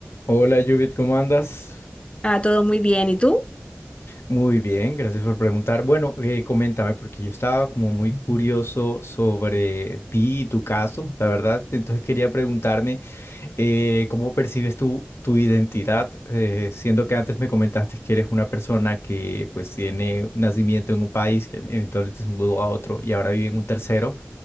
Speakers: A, on the left; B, on the left.
A: Hola Judith, ¿cómo andas?
B: Ah, todo muy bien. ¿Y tú?
A: Muy bien, gracias por preguntar. Bueno, eh, coméntame, porque yo estaba como muy curioso sobre ti y tu caso, la verdad. Entonces quería preguntarme, eh, ¿cómo percibes tú tu identidad? Eh, siendo que antes me comentaste que eres una persona que pues tiene un nacimiento en un país, que eventualmente se mudó a otro y ahora vive en un tercero